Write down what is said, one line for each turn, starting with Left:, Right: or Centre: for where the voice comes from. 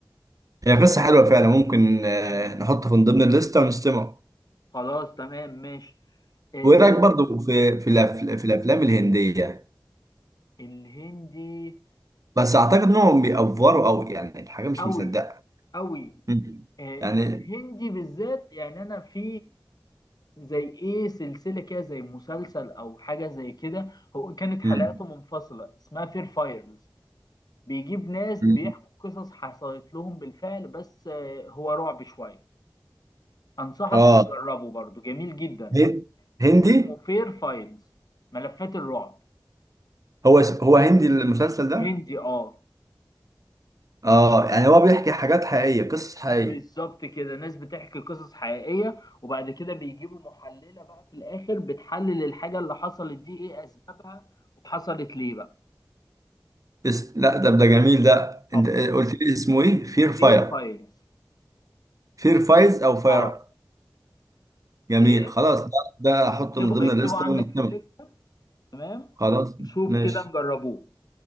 Right: هي قصة حلوة فعلا ممكن آه،
Left: مم.
Right: نحطه من ضمن الليستة ونستمع
Left: خلاص تمام ماشي آه
Right: وايه رايك برضو في في
Left: قول.
Right: الأف- في الافلام الهنديه
Left: الهندي
Right: بس اعتقد انهم بيأفوروا او يعني الحاجه مش
Left: قوي
Right: مصدقه
Left: قوي
Right: مم.
Left: آه
Right: يعني
Left: الهندي بالذات يعني انا في آه، زي ايه سلسله كده زي مسلسل او حاجه زي كده هو كانت حلقاته
Right: مم.
Left: منفصله اسمها فير فايرز بيجيب ناس
Right: مم.
Left: بيحكوا قصص حصلت لهم بالفعل بس آه، هو رعب شوية أنصحك
Right: اه
Left: تجربه برضو جميل جدا
Right: هن- هندي
Left: اسمه فير فايلز ملفات الرعب
Right: هو اس- هو هندي المسلسل ده
Left: هندي اه
Right: اه يعني هو بيحكي حاجات حقيقيه قصص حقيقيه
Left: بالظبط كده ناس بتحكي قصص حقيقية وبعد كده بيجيبوا محللة بقى في الآخر بتحلل الحاجة اللي حصلت دي إيه أسبابها وحصلت ليه بقى
Right: اس... لا ده ده جميل ده
Left: اه
Right: انت آه، قلت لي اسمه ايه فير فاير
Left: فير فايلز
Right: فير فايز او فاير
Left: اه
Right: جميل
Left: إيه
Right: خلاص ده ده احطه
Left: اكتبوا
Right: من ضمن
Left: اكتبوا
Right: الليسته
Left: عندك
Right: ونتكلم
Left: في الليستة تمام
Right: خلاص
Left: ونشوف
Right: ماشي
Left: كده نجربوه